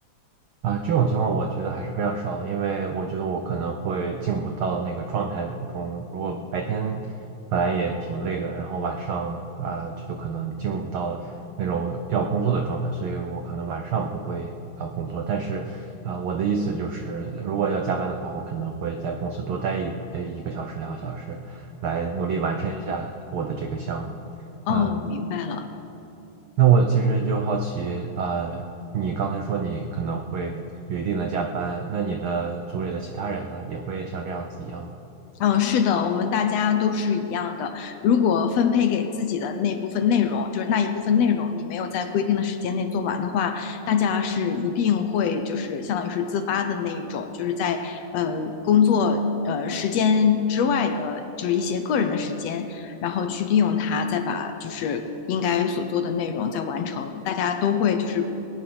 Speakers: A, on the right; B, on the left.
A: 啊，这种情况我觉得还是非常少的，因为我觉得我可能会进不到那个状态中。如果白天本来也挺累的，然后晚上啊，就可能进入不到那种要工作的状态，所以我可能晚上不会啊工作。但是啊，我的意思就是，如果要加班的话，我可能会在公司多待一呃一个小时、两个小时，来努力完成一下我的这个项目。
B: 哦，
A: 嗯，
B: 明白了。
A: 那我其实就好奇，呃，你刚才说你可能会有一定的加班，那你的组里的其他人呢，也会像这样子一样吗？
B: 嗯，是的，我们大家都是一样的。如果分配给自己的那部分内容，就是那一部分内容，你没有在规定的时间内做完的话，大家是一定会就是相当于是自发的那一种，就是在呃工作呃时间之外的，就是一些个人的时间，然后去利用它，再把就是应该所做的内容再完成。大家都会就是